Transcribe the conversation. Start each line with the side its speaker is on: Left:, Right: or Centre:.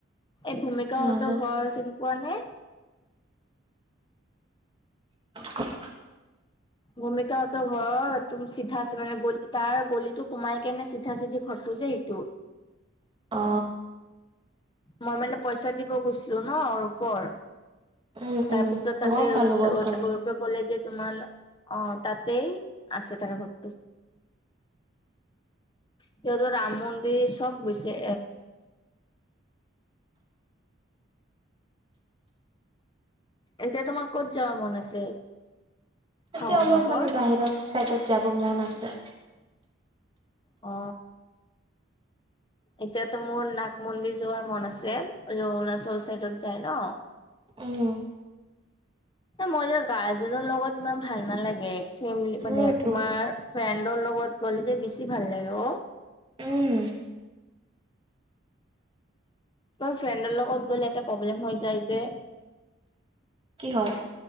Left: এই ভূমিক হতৰ
Right: নাজানো
Left: ঘৰ চিনি পোৱা নে?
Right: ক'ত
Left: ভূমিকা হতৰ ঘৰৰ চিধা মানে গলি তাৰ গলিটো সোমাই কেনে চিধা চিধি ঘৰটো যে সেটো।
Right: অ
Left: মই মানে পইচা দিব গৈছিলো ন অৰুপৰ।
Right: উম
Left: তাৰপিছত
Right: উম
Left: তাতে
Right: গম
Left: ৰৈ
Right: পালো গম
Left: ত
Right: পালো
Left: অৰুপক <unintelligible> কলে যে তোমাৰ অ তাতেই আছে তাৰ ঘৰটো। সিহঁতৰ ৰাম মন্দিৰ চব গৈছে। এতিয়া তোমাৰ ক'ত যাবা মন আছে।
Right: এতিয়া
Left: শাওন
Right: অলপ
Left: মাহৰ
Right: মানে বাহিৰত চাইডত যাব মন আছে।
Left: অ। এতিয়াতো মোৰ নাগ মন্দিৰ যোৱাৰ মন আছে অৰুণাচল চাইডত যায় ন।
Right: উম
Left: মই যোৱা গাৰ্জেনৰ লগত ইমান ভাল নালাগে ফেমিলি।
Right: মোৰোতো
Left: মানে তোমাৰ ফ্ৰেণ্ডৰ লগত গ'ল যে বেছি ভাল লাগে অ
Right: উম
Left: ত ফ্ৰেণ্ডৰ লগত গ'লে এটা প্ৰব্লেম হৈ যায় যে।
Right: কি হয়?